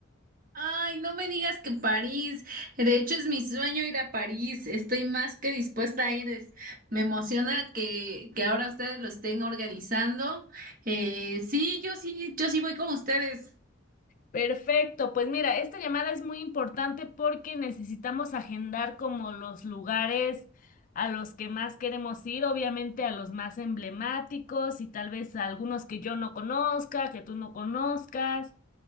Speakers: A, on the right; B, on the left.
A: Ay, no me digas que París. De hecho, es mi sueño ir a París. Estoy más que dispuesta a ir. Es- me emociona que, que ahora ustedes lo estén organizando. Eh, sí, yo sí, yo sí voy con ustedes.
B: Perfecto, pues mira, esta llamada es muy importante porque necesitamos agendar como los lugares a los que más queremos ir, obviamente a los más emblemáticos y tal vez a algunos que yo no conozca, que tú no conozcas